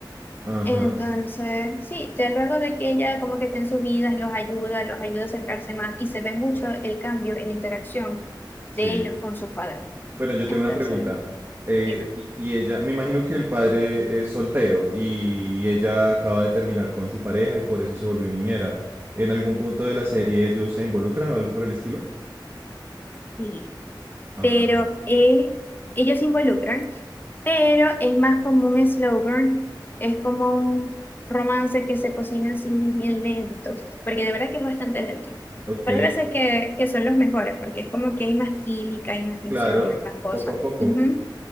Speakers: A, on the right; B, on the left.
A: Ajá,
B: Entonces, sí, ya luego de que ella como que esté en sus vidas, los ayuda, los ayuda a acercarse más y se ve mucho el cambio en la interacción
A: sí.
B: de ellos con su padre.
A: Bueno, yo
B: Entonces,
A: tengo una pregunta. Eh,
B: dime.
A: y y ella, me imagino que el padre es soltero y ella acaba de terminar con su pareja y por eso se volvió niñera. ¿En algún punto de la serie ellos se involucran o algo por el estilo?
B: ¿Y
A: Ah,
B: pero eh, ellos se involucran, pero es más como un slow burn, es como un romance que se cocina así bien lento, porque de verdad que es bastante lento.
A: ok,
B: Pero hay veces que, que son los mejores, porque es como que hay más química, hay más tensión,
A: claro,
B: hay más cosas.
A: poco a poco.
B: Ujú,